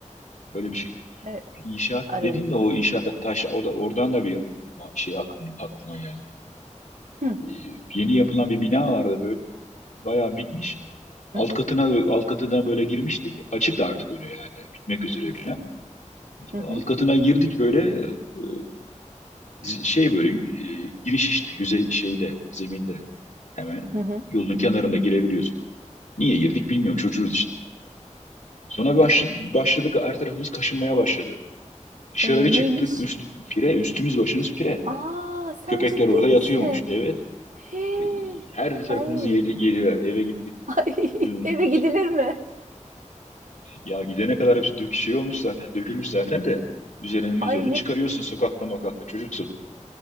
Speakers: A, on the left (about 75°); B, on the right (about 80°).
A: Öyle bir şeydi.
B: Evet,
A: İnşaat
B: aranızda.
A: dedin de o inşaatta taş o da oradan da bir ma- şey aklım, aklıma geldi.
B: Hı.
A: Ee, yeni yapılan bir bina vardı böyle. Bayağı bitmiş.
B: Hı
A: Alt
B: hı.
A: katına alt katına böyle girmiştik. Açıktı artık önü yani. Bitmek üzere bina.
B: Hı hı.
A: Alt katına girdik böyle Ee, şey böyle e, giriş işte yüzey şeyde zeminde hemen
B: Hı hı.
A: yolun kenarında girebiliyorsun. Niye girdik bilmiyorum çocuğuz işte. Sonra başladık, başladık her tarafımız kaşınmaya başladı. Dışarı
B: E,
A: bir çıktık
B: neymiş?
A: üst pire üstümüz başımız pire.
B: Aa, sen
A: Köpekler
B: ciddi
A: orada yatıyormuş.
B: misin?
A: Evet.
B: Hey.
A: E, Her tarafımızı
B: Ay.
A: yedi,
B: <laughs>
A: yediler. Eve gittik.
B: Ay.
A: <laughs>
B: Eve gidilir mi?
A: Ya gidene kadar hepsi dök şey olmuş zaten. Dökülmüş zaten de. Üzerine
B: Ay
A: üzerine
B: ne
A: çıkarıyorsun sokakta mokakta çocuksun.